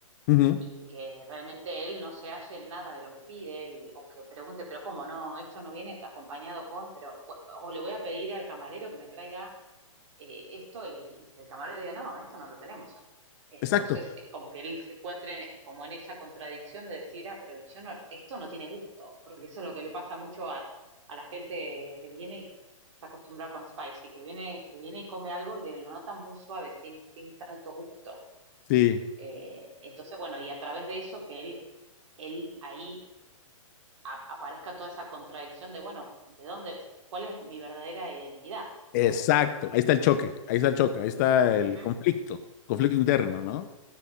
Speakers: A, on the left; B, on the right.
A: ujú,
B: y que realmente él no se halle en nada de lo que pide y- o que pregunte, pero ¿cómo no? Esto no viene acompañado con, pero, o o le voy a pedir al camarero que me traiga eh, esto y el camarero diga, no, esto no lo tenemos aquí. Entonces
A: Exacto,
B: es como que él se encuentre en- como en esa contradicción de decir, ah, pero yo no, esto no tiene gusto, porque eso es lo que le pasa mucho a, a la gente que viene y está acostumbrada con spicy, que viene, que viene y come algo y le- lo nota muy suave, sin, sin tanto gusto.
A: sí,
B: Eh, entonces, bueno, y a través de eso que él, él ahí a- aparezca toda esa contradicción de, bueno, ¿de dónde, cuál es mi verdadera identidad?
A: exacto.
B: ¿No? Como,
A: Ahí está el choque, ahí está el choque, ahí está el
B: ujú,
A: conflicto, conflicto interno, ¿no?